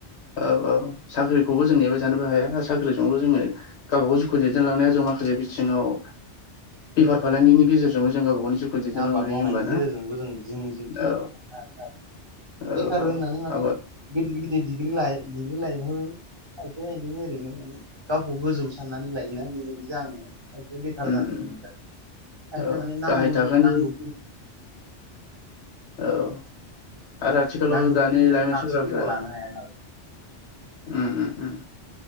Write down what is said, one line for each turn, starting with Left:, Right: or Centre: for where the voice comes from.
Left: औ औ साख्रिखौबो जों नेबाय जानोबो हाया साख्रिजोंल' जोङो गावा गाव ज खौ दैदेनलांनायाव जों माखासे बिथिङाव बेफार फालांगिनि गेजेरजोंबो जों गबा गावनि जिउखौ दैदेनलांनो
Right: आबाद
Left: हायो
Right: मावनायनि
Left: होमबा ना
Right: गेजेरजोंबो जों जिोंनि जिउखौ
Left: औ
Right: <unintelligible>
Left: औ
Right: बेखार
Left: औ
Right: होननानै माने
Left: आबाद
Right: गिदिर गिदिर डिग्रि लाय डिग्रि लायहो खायफाया बिदिनो ओरैनो मानि गावखौ गोजौ साननानै लायोना बेबायदि जाहोनाआव आखसे बेखार
Left: उम
Right: जानो गोनांार आख
Left: औ
Right: माने नांगौ
Left: गाहाय थाखोनि
Right: ज नांगौ
Left: <unintelligible>
Right: नों बेखौ माने
Left: लाइमोन
Right: नार्सफोरखौ
Left: सेंग्राफ्रा
Right: लानो हाया ना
Left: उम उम उम